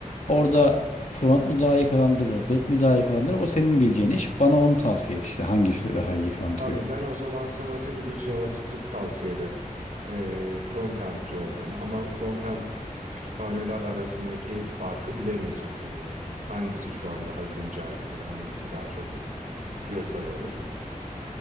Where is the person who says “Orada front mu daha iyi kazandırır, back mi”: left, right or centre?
Left